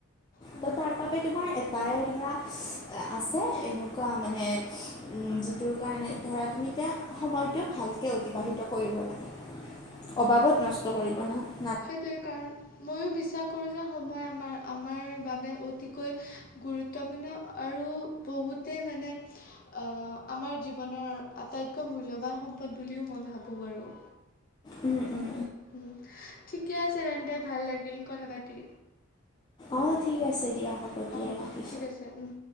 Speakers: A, on the left; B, on the left.
A: উম
B: ত' তাৰ বাবে তোমাৰ এটাই ধৰা আছে এনেকুৱা মানে উম যিটোৰ কাৰণে ধৰা তুমি এতিয়া সময়টো ভালকে অতিবাহিত কৰিব লাগে, অবাবত নষ্ট কৰিব ন
A: সেইটোৱে কাৰণ ময়ো বিশ্বাস কৰোঁ যে সময় আমাৰ আমাৰ বাবে অতিকৈ গুৰুত্বপূৰ্ণ আৰু বহুতে মানে অ' আমাৰ জীৱনৰ আটাইতকৈ মূল্যৱান সম্পদ বুলিও মই ভাবোঁ বাৰু।
B: উম, উম
A: উম, ঠিকে আছে তেন্তে ভাল লাগিল কথা পাতি।
B: অ' ঠিক আছে দিয়া হ'ব দিয়া
A: অঁ
B: ৰাখিছোঁ।
A: ঠিক আছে। উম